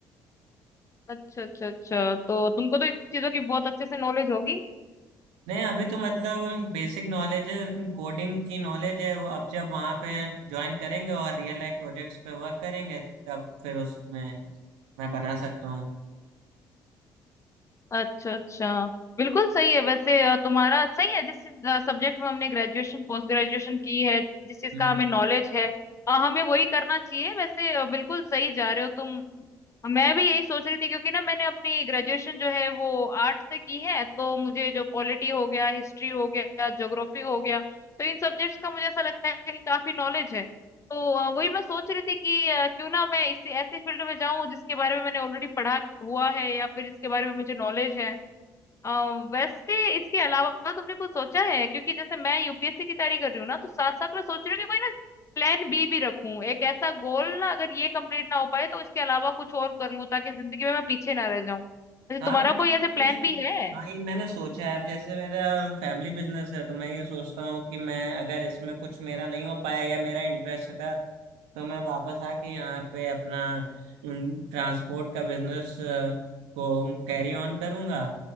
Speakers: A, on the left; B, on the right.
A: अच्छा अच्छा अच्छा तो तुमको तो इस चीजों की बहुत अच्छे से नॉलेज होगी
B: नहीं अभी तो मतलब हम बेसिक नॉलेज है कोडिंग की नॉलेज है वो अब जब वहाँ पे ज्वाइन करेंगे और रियल लाइफ प्रोजेक्ट्स पे वर्क करेंगे तब फिर उसमें मैं बना सकता
A: अच्छा अच्छा बिल्कुल सही है वैसे अ, तुम्हारा सही है जिस सब्जेक्ट में हमने ग्रेजुएशन पोस्ट ग्रेजुएशन की है जिस चीज
B: हूँ
A: का हमें नॉलेज है अ, हमें वही करना चाहिए वैसे अ, बिल्कुल सही जा रहे हो तुम मैं भी यही सोच रही थी क्योंकि ना मैंने अपनी ग्रेजुएशन जो है वो आर्ट से की है तो मुझे जो पॉलिटी हो गया हिस्ट्री हो गया ज्योग्राफी हो गया तो इन सब्जेक्ट्स का मुझे ऐसा लगता है कि काफी नॉलेज है तो अ, वही मैं सोच रही थी कि अ, क्यों ना मैं इसी ऐसे फील्ड में जाऊं जिसके बारे में मैंने ऑलरेडी पढ़ा हुआ है या फिर इसके बारे में मुझे नॉलेज है अ, वैसे इसके अलावा तुमने कुछ सोचा है क्योंकि जैसे मैं यूपीएससी की तैयारी कर रही हूँ ना तो साथ साथ मैं सोच रही हूँ कि कोई ना प्लान बी भी रखूं एक ऐसा गोल ना अगर ये कंप्लीट ना हो पाए तो इसके अलावा कुछ और कर लूं ताकि जिंदगी में मैं पीछे ना रह जाऊं वैसे
B: हाँ
A: तुम्हारा
B: मैंने
A: कोई
B: कुछ
A: ऐसे प्लान भी है
B: हाँ ये मैंने सोचा है अब जैसे मेरा फैमिली बिजनेस है तो मैं ये सोचता हूँ कि मैं अगर इसमें कुछ मेरा नहीं हो पाया या मेरा इंटरेस्ट था तो मैं वापस आके यहाँ पे अपना ट्रांसपोर्ट का बिजनेस को कैरी ऑन करूँगा